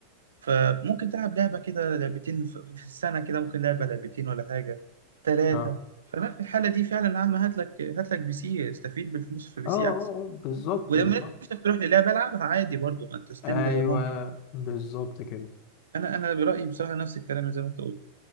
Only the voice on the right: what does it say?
فممكن تلعب لعبه كده لعبتين في في السنه كده ممكن لعبه لعبتين ولا حاجه ثلاثه
فلا في الحاله دي فعلا يا عم هات لك هات لك بي سي استفيد بالفلوس في بي
سي
احسن
ولما
نفسك تروح للعبه العبها عادي برضو ما انت ستيل
ممكن
انا انا برايي بصراحه نفس الكلام زي ما انت قلت